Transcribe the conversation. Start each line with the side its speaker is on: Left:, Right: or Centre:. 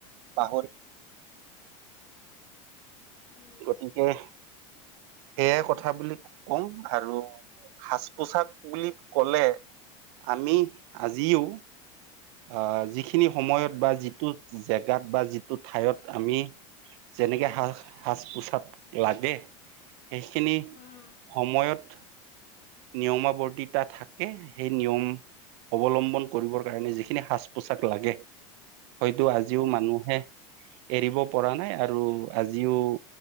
Right: পাহৰি
Left: উম,
Right: গতিকে সেইয়াই কথা বুলি কওঁ আৰু সাজ পোছাক বুলি কলে আমি আজিও আহ যিখিনি সময়ত বা যিটো জেগাত বা যিটো ঠাইত আমি যেনেকে স সাজ পোছাক লাগে সেইখিনি
Left: উম,
Right: সময়ত নিয়মাৱৰ্তীতা থাকে সেই নিয়ম অৱলম্বন কৰিবৰ কাৰণে যিখিনি সাজ পোছাক লাগে হয়তো
Left: সেইখিনিয়ে
Right: আজিও মানুহে এৰিব পৰা নাই আৰু আজিও